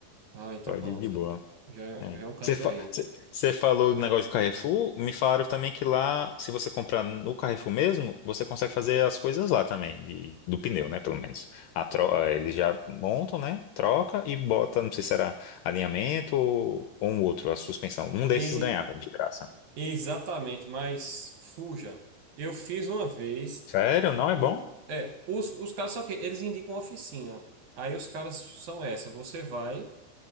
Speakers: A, on the right (about 65°); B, on the left (about 80°).
A: Ah, então
B: Pode
A: pronto.
B: ir de boa.
A: Já,
B: É.
A: já é um canto
B: Você, fa-
A: pra ir.
B: você- você falou do negócio de Carrefour, me falaram também que lá, se você comprar no Carrefour mesmo, você consegue fazer as coisas lá também, de- do pneu, né, pelo menos. A tro- eh, eles já montam, né, troca e bota, não sei se era alinhamento ou, ou um outro, a suspensão. Um desses
A: E
B: ganhava de graça.
A: exatamente, mas fuja. Eu fiz uma vez.
B: Sério? Não é
A: O,
B: bom?
A: é, os, os caras são que eles indicam oficina. Aí os caras são essa. Você vai,